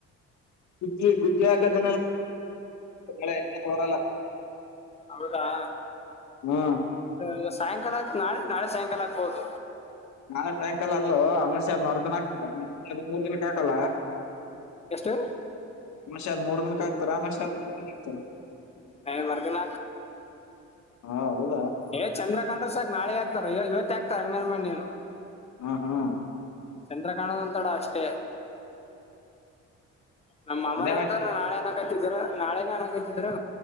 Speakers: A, on the left; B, on the left.
A: ಗುದ್ಲಿ ಗುದ್ದೇ ಹಾಕದ ಮಳೆ ಬರಲ್ಲ
B: ಹೌದಾ ಆ,
A: ಹ್ಮ
B: ಇವತ್ತು ಸಾಯಂಕಾಲ ನಾಳೆ ನಾಳೆ ಸಾಯಂಕಾಲ ಆಗ್ಬೋದು
A: ನಾಳೆ ಸಾಯಂಕಾಲ ಅಲ್ಲೂ ಅಮಾಶ್ಯ ಆದ್ ಮರ್ದನ್ ಆಗ್ತಿದೆ ಮೂರ್ ದಿನಕ್ಕೆ ಹಾಕಲ್ಲ
B: ಎಷ್ಟು
A: ಮಷಾದ ಮೂರ್ ದಿನಕ್ಕೆ ಹಾಕ್ತಾರ ಮಷ ಮೂರ್ ದಿನ ಹಾಕ್ತಾರ
B: ಏ ಮರ್ದಿನ
A: ಹಾ ಹೌದು
B: ಹೇ ಚಂದ್ರ ಹಾಕೊಂಡ್ರೆ ಸಾಕ ನಾಳೆ ಆಗ್ತ ಇವತ್ತು ಆಗ್ತಾರ ಅಂಗನನ್ಮಣ್ಣನು
A: ಹಾ ಹಾ
B: ಚಂದ್ರಕಾಣದೊಂತಡ ಅಷ್ಟೇ ನಮ್ಮ
A: ಅದೇ
B: ಮರ
A: ಮತ್ತೆ
B: ಅಂತ ನಾಳೆ ಅನಕ ಇದ್ರ ನಾಳೆ ನನ್ಾಗತಿದ್ರು